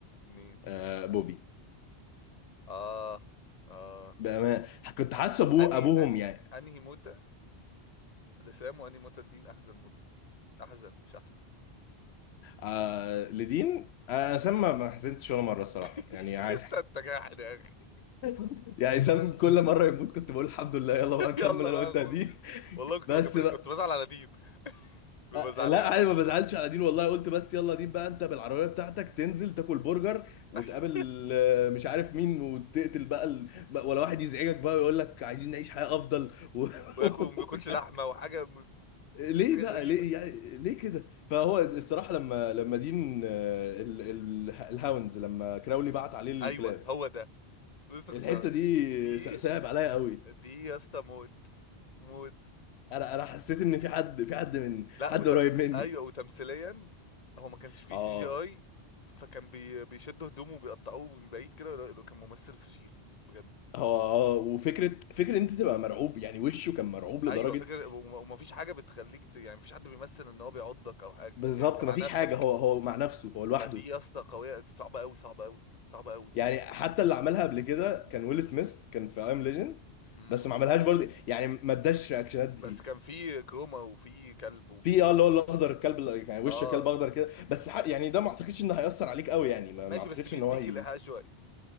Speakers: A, on the left; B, on the left.
A: مين
B: آه بوبي
A: اه اه
B: بأمان كنت حاسه ابوه
A: اني
B: ابوهم
A: اني
B: يعني
A: انهي موتة لسام وانهي موتة لدين احزن موتة احزن مش احسن
B: آه لدين آه سام ما ما حزنتش ولا مره الصراحه
A: <laughs>
B: يعني عادي
A: انت انت جاحد يا اخي
B: <laughs> يعني سام كل مره يموت كنت بقول الحمد لله يلا بقى
A: <laughs>
B: نكمل
A: يلا
B: انا
A: بقى
B: وانت
A: يا اخو
B: يا دين <laughs>
A: والله كنت
B: بس
A: بك-
B: بقى
A: كنت بزعل على دين ببقى
B: آه
A: زعلان
B: لا عادي ما بزعلش على دين والله قلت بس يلا دين بقى انت بالعربيه بتاعتك تنزل تاكل برجر وتقابل
A: <laughs>
B: آه، مش عارف مين وتقتل بقى ال... بقى- ولا واحد يزعجك بقى ويقول لك عايزين نعيش حياه افضل و-
A: وياكل
B: <laughs>
A: ما بياكلش
B: ومش
A: لحمه
B: عارف
A: وحاجه
B: ليه
A: حاجه
B: بقى
A: غريبه
B: ليه يعني ليه كده فهو الصراحه لما لما دين آه، ال... ال... الهاونز لما كراولي بعت عليه الكلاب
A: ايوه هو ده لسه
B: الحته
A: كنت
B: دي
A: دي
B: س- صعب عليا قوي
A: دي يا اسطى موت موت
B: انا انا حسيت ان في حد في حد من
A: لا
B: حد
A: وت...
B: قريب مني
A: ايوه وتمثيليا هو ما كانش
B: <laughs>
A: فيه
B: اه
A: سي جي اي فكان بي... بيشدوا هدومه وبيقطعوه من بعيد كده لا، كان ممثل فشيخ بجد
B: هو اه وفكره فكره إن انت تبقى مرعوب يعني وشه كان مرعوب لدرجه
A: ايوه فكره وم- وما فيش حاجه بتخليك ت... يعني مفيش حد بيمثل ان هو بيعضك او حاجه
B: بالظبط
A: يعني انت مع
B: مفيش
A: نفسك
B: حاجه هو هو مع نفسه هو لوحده
A: فدي يا اسطى قويه صعبه قوي صعبه قوي صعبه قوي
B: يعني حتى اللي عملها قبل كده كان ويل سميث كان في ايام ليجند
A: امم
B: بس ما عملهاش برضه يعني ما اداش رياكشنات دي
A: بس كان في كروما وفي كلب وفي
B: في
A: مش
B: اه
A: عارف
B: اللي هو الاخضر الكلب ال- يعني
A: اه
B: وش كلب اخضر كده بس ح- يعني ده ما اعتقدش ان هيأثر عليك قوي يعني ما
A: ماشي
B: ما اعتقدش
A: بس بيديك
B: ان هو هي...
A: الإيحاء شوية